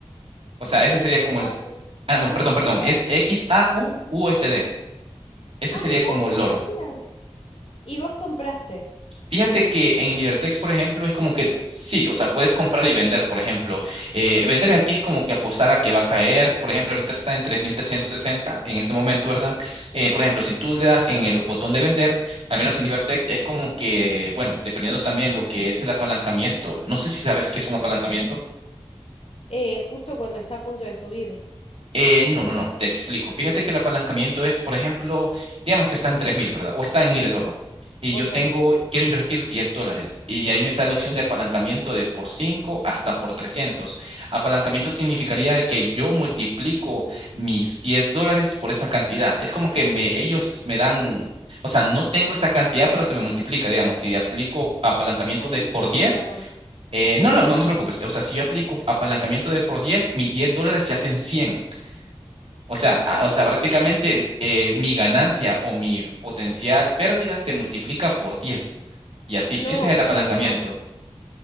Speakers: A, on the right; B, on the left.
A: O sea, ese
B: X,
A: sería como
B: A,
A: el...
B: U.
A: Ah, no,
B: Ah,
A: perdón, perdón,
B: mira,
A: es XAUUSD. Ese
B: ah,
A: sería
B: mira,
A: como el
B: no
A: oro.
B: sabía. Y vos compraste,
A: Fíjate que en Libertex, por ejemplo, es como que sí, o sea, puedes comprar y vender, por ejemplo. Eh, vender aquí es como que apostar a que va a caer. Por ejemplo, ahorita está en 3.360 en este momento, ¿verdad? Eh, por ejemplo, si tú le das en el botón de vender, al menos en Libertex, es como que, bueno, dependiendo también lo que es el apalancamiento. No sé si sabes qué es un apalancamiento.
B: eh, justo cuando está a punto de subir.
A: Eh, no, no, no, te explico. Fíjate que el apalancamiento es, por ejemplo, digamos que está en 3.000, ¿verdad? O está en 1.000 el oro. Y
B: Ok.
A: yo tengo,
B: Ay,
A: quiero invertir 10 dólares. Y ahí me sale la opción de apalancamiento de por 5 hasta por 300. Apalancamiento significaría de que yo multiplico mis 10 dólares por esa cantidad. Es como que me, ellos me dan, o sea, no tengo esa cantidad, pero se me multiplica, digamos. Si aplico apalancamiento de
B: no entiendo.
A: por diez, eh, no, no, no te preocupes. O sea, si yo aplico apalancamiento de por 10, mis 10 dólares se hacen 100. O sea, a-
B: Ah,
A: o sea, básicamente
B: bien.
A: eh, mi ganancia o mi potencial pérdida se multiplica por diez Y así,
B: No,
A: ese es el
B: claro,
A: apalancamiento.
B: no.